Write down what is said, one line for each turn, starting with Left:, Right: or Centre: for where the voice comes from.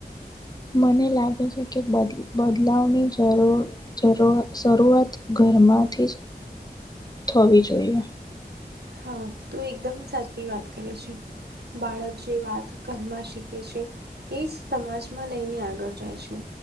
Left: મને લાગે છે કે બદ બદલાવની જરૂર જરૂર જરૂરત ઘરમાંથી જ થવી જોઈએ.
Right: હા તું એકદમ સાચી વાત કરે છે. બાળક જે વાત ઘરમાં શીખે છે. એ જ સમાજમાં લઈને આગળ જાય છે.